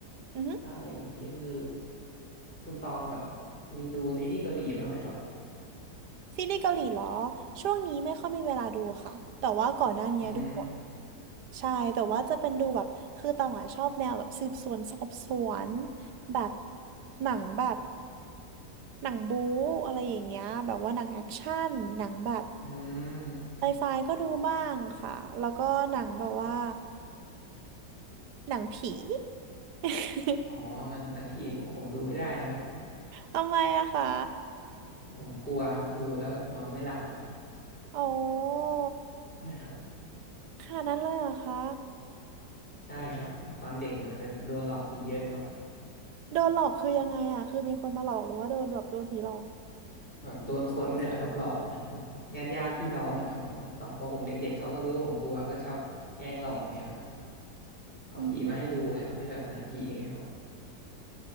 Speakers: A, on the right; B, in the centre.
A: อือฮึ
B: อ่าอย่างนี้คือคุณตองแบบมีดูซีรีส์เกาหลีบ้างไหมครับ
A: ซีรีส์เกาหลีเหรอช่วงนี้ไม่ค่อยมีเวลาดูค่ะแต่ว่าก่อนหน้านี้ดูบ่อย
B: อืม
A: ใช่แต่ว่าจะเป็นดูแบบคือตองอ่ะชอบแนวแบบสืบสวนสอบสวนแบบหนังแบบหนังบู๊อะไรอย่างเงี้ยแบบว่าหนังแอคชั่นหนังแบบ
B: อืม
A: ไซไฟก็ดูบ้างค่ะแล้วก็หนังแบบว่า หนังผี <laughs>
B: อ๋อหนังหนังผีผมผมดูไม่ได้เลยครับ
A: ทำไมอะคะ
B: ผมกลัวครับดูแล้วแบบนอนไม่หลับครับ
A: อ๋อ
B: ใช่ครับ
A: ขนาดนั้นเลยเหรอคะ
B: ใช่ครับเหมือนตอนเด็กเหมือนจะโดนหลอกผีเยอะครับ
A: โดนหลอกคือยังไงอะคือมีคนมาหลอกหรือว่าโดนแบบโดนผีหลอก
B: แบบโดนคนเลยแหละครับหลอกเหมือนญาติญาติพี่น้องอะครับเหมือนตอนพอผมเด็กๆเขาก็รู้ว่าผมกลัวก็ชอบแกล้งหลอกเงี้ยครับเอาผีมาให้ดูไงครับที่แบบหนังผีอย่างเงี้ยครับ
A: อืม